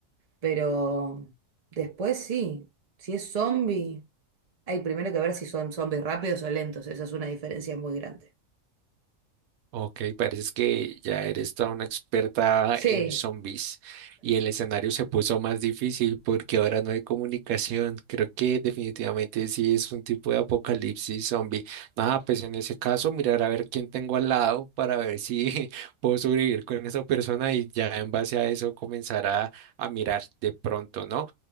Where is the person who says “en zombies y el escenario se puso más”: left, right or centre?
Right